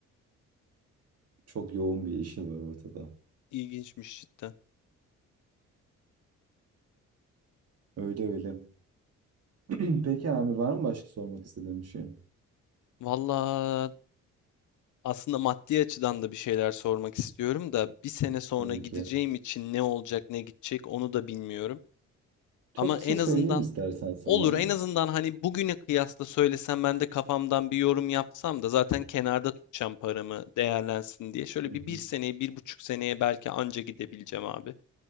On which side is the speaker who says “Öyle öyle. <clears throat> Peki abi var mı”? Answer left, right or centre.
Right